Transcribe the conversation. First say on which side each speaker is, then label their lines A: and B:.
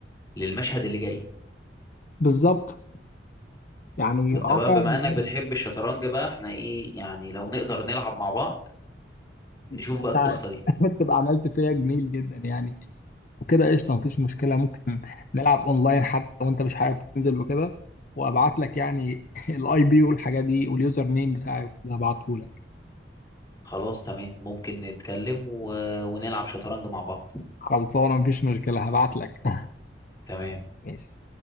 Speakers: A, on the left; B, on the left.
A: للمشهد اللي جاي
B: بالظبط يعني
A: فانت
B: اه
A: بقى
B: فعلا
A: بما انك
B: ده
A: بتحب الشطرنج بقى احنا ايه يعني لو نقدر نلعب مع بعض نشوف
B: ده
A: بقى
B: انت
A: القصة دي
B: <laughs> تبقى عملت فيا جميل جدا يعني وكده قشطه مفيش مشكله ممكن نلعب اونلاين حتى لو انت مش حابب تنزل وكده وابعت لك يعني <laughs> الاي بي والحاجات دي واليوزر نيم بتاعي وكده هبعته لك
A: خلاص تمام ممكن نتكلم و... ونلعب شطرنج مع بعض
B: خلصانه مفيش مشكله هبعت لك <laughs>
A: تمام
B: ماشي